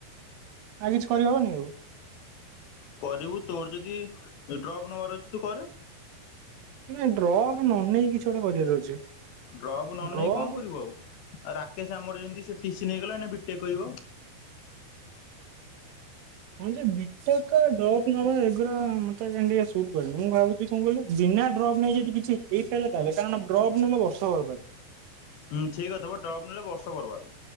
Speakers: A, on the right; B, on the left.
A: ଆଉ କିଛି କରିହବନି ଆଉ।
B: କରିବୁ ତୋର ଯଦି ଡ୍ରପ୍ ନବାର ଅଛି ତୁ କରେ।
A: ନାଇ ଡ୍ରପ ନ ନେଇ କିଛି ଗୋଟେ କରିବାର ଅଛି।
B: ଡ୍ରପ୍ ନ
A: ଡ୍ରପ୍
B: ନେଇ କଂ କରିବୁ ଆଉ ରାକେଶ ଆମର ଯେମତି ସେଠ ଟିସି ନେଇଗଲା ଏନା ବି ଟେକ୍ କରିବ।
A: ହଁ ଯେ ବି ଟେକ୍ ଡ୍ରପ ନବା ଏଗୁରା ମତେ କାଇଁ ଟିକେ ସୁଟ କରେନି ମୁଁ ଭାବୁ ସେ କଣ କହିଲୁ ବିନା ଡ୍ରପ୍ ନେଇ ଯଦି କିଛି ହେଇପାରିଲା ତାହେଲେ କାରଣ ଡ୍ରପ୍ ନେଲେ ବର୍ଷ ବର୍ବାଦ୍।
B: ହୁଁ ଛେଇ କଥା ପା ଡ୍ରପ ନେଲେ ବର୍ଷ ବର୍ବାଦ